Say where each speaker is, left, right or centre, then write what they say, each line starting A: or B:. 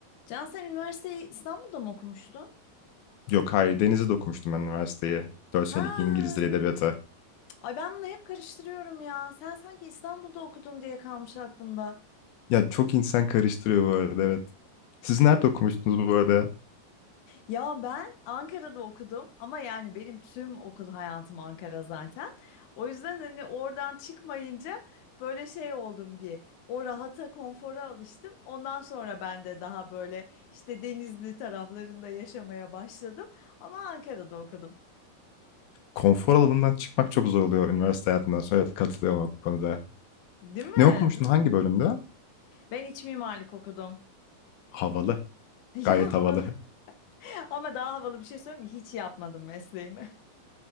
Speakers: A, on the left; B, on the left.
A: Can sen üniversiteyi İstanbul'da mı okumuştun?
B: Yok hayır denize de okumuştum ben üniversiteye. 4 senelik
A: Ha.
B: İngiliz Dili Edebiyatı.
A: Ay ben bunu hep karıştırıyorum ya. Sen sanki İstanbul'da okudun diye kalmış aklımda.
B: Ya çok insan karıştırıyor bu arada evet. Siz nerede okumuştunuz bu arada?
A: Ya ben Ankara'da okudum ama yani benim tüm okul hayatım Ankara zaten. O yüzden hani oradan çıkmayınca böyle şey oldum bir. O rahata, konfora alıştım. Ondan sonra ben de daha böyle işte Denizli taraflarında yaşamaya başladım. Ama Ankara'da okudum.
B: Konfor alanından çıkmak çok zor oluyor üniversite hayatından sonra evet, katılıyorum o konuda.
A: Değil mi?
B: Ne okumuştun
A: Değil
B: hangi
A: mi?
B: bölümde?
A: Ben iç mimarlık okudum.
B: Havalı.
A: <laughs> Ya
B: Gayet havalı.
A: havalı. Ama daha havalı bir şey söyleyeyim mi? Hiç yapmadım mesleğimi. <laughs>